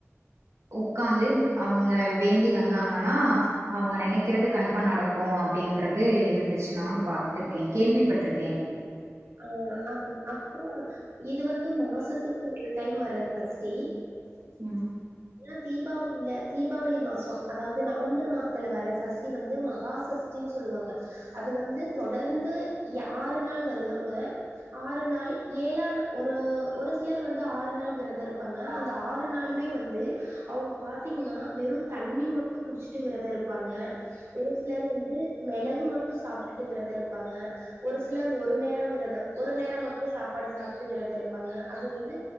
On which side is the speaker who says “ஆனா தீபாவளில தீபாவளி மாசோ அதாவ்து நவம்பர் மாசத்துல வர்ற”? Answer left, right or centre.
Right